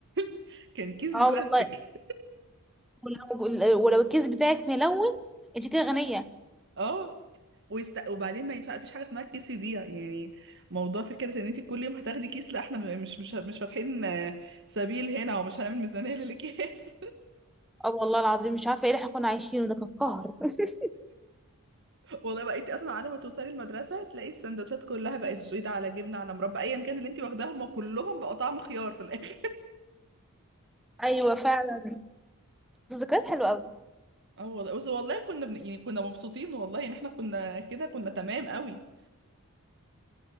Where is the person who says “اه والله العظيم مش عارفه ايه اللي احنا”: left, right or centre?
Centre